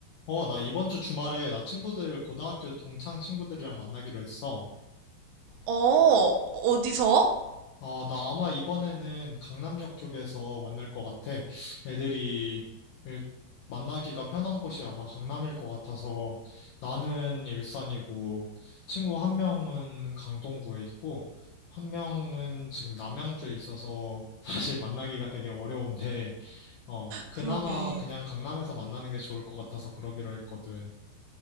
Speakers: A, on the left; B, on the right.
A: 어, 나 이번 주 주말에 나 친구들, 고등학교 동창 친구들이랑 만나기로 했어.
B: 어, 어디서?
A: 어, 나 아마 이번에는 강남역 쪽에서 만날 것 같아. 애들이 일- 만나기가 편한 곳이 아마 강남일 것 같아서 나는 일산이고 친구 한 명은 강동구에 있고 한 명은 지금 남양주에 있어서 <laughs> 사실 만나기가 되게 어려운데, 어, 그나마
B: 그러게.
A: 그냥 강남에서 만나는 게 좋을 것 같아서 그러기로 했거든.